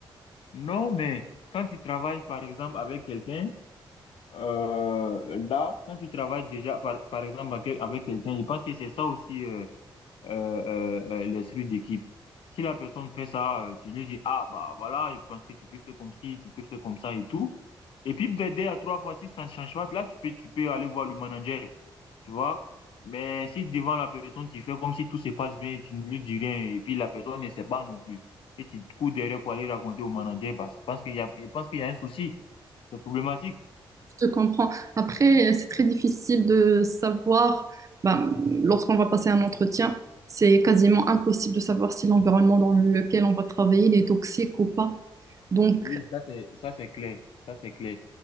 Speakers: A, on the left; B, on the right.
A: Non, mais quand tu travailles, par exemple, avec quelqu'un, euh, là, quand tu travailles déjà, par, par exemple, avec avec quelqu'un, je pense que c'est ça aussi, euh, euh, euh, euh, les séries d'équipe. Si la personne fait ça, euh, tu lui dis, ah, bah voilà, je pense que tu peux faire comme ci, tu peux faire comme ça et tout. Et puis, peut-être deux à trois fois, si ça ne change pas, là, tu peux, tu peux aller voir le manager, tu vois. Mais si devant la personne, tu fais comme si tout se passe bien, tu ne lui dis rien, et puis la personne ne sait pas non plus, et tu te cours derrière pour aller raconter au manager, bah, je pense qu'il y a, je pense qu'il y a un souci, c'est problématique.
B: Je te comprends. Après, c'est très difficile de savoir, ben, lorsqu'on va passer un entretien, c'est quasiment impossible de savoir si l'environnement dans lequel on va travailler il est toxique ou pas. Donc,
A: Oui, ça c'est, ça c'est clair, ça c'est clair.